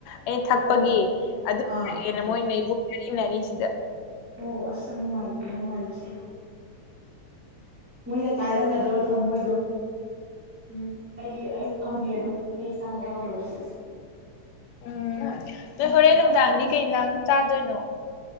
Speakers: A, on the left; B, in the centre.
A: ꯑꯩꯅ
B: ꯑꯣ
A: ꯊꯛꯄꯒꯤ
B: ꯑꯣ ꯑꯣ
A: ꯑꯗꯨ
B: ꯑꯥ
A: ꯃꯣꯏꯈꯩ <unintelligible> ꯁꯤꯗ
B: ꯑꯣ ꯑꯁ ꯌꯥꯝ ꯅꯨꯡꯉꯥꯏꯇꯦꯉꯣ ꯋꯥꯔꯤꯁꯦ ꯃꯣꯏꯅ ꯀꯥꯏꯔꯝꯒꯗꯕ ꯊꯃꯣꯏꯗꯣ ꯎꯝ ꯑꯩ ꯑꯩ ꯈꯪꯉꯦ ꯑꯗꯣ ꯑꯩ ꯏꯁꯥꯃꯛ ꯌꯥꯎꯗ꯭ꯔꯒꯁꯨ
A: ꯎꯝ ꯅꯣꯏ ꯍꯣꯔꯦꯟ ꯅꯨꯡꯗꯥꯡꯗꯤ ꯀꯩ ꯏꯟꯁꯥꯡ ꯆꯥꯗꯣꯏꯅꯣ